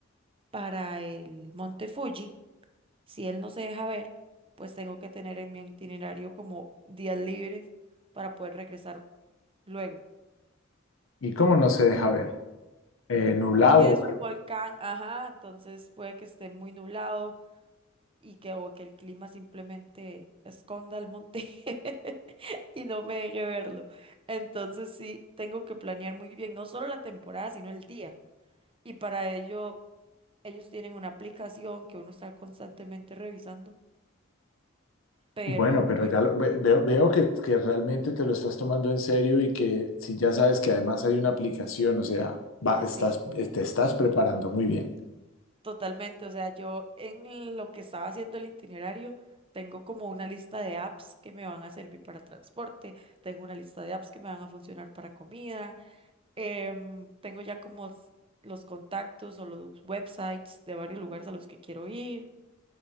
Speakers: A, on the right (about 25°); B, on the left (about 70°).
A: para el Monte Fuji, si él no se deja ver, pues tengo que tener en mi itinerario como días libres para poder regresar luego.
B: ¿Y cómo no se deja ver? Eh, nublado.
A: Que es
B: o algo
A: un volcán, ajá, entonces puede que esté muy nublado y que, o que el clima simplemente esconda el monte <laughs> y no me deje verlo. Entonces sí, tengo que planear muy bien, no solo la temporada, sino el día. Y para ello, ellos tienen una aplicación que uno está constantemente revisando, pero
B: Bueno, pero
A: pues
B: ya lo- ve- veo, veo que, que realmente te lo estás tomando en serio y que si ya sabes que además hay una aplicación, o sea, va,
A: así,
B: estás, eh, te estás preparando muy bien.
A: totalmente. O sea, yo en lo que estaba haciendo el itinerario, tengo como una lista de apps que me van a servir para transporte, tengo una lista de apps que me van a funcionar para comida. Em, tengo ya como s- los contactos o los websites de varios lugares a los que quiero ir.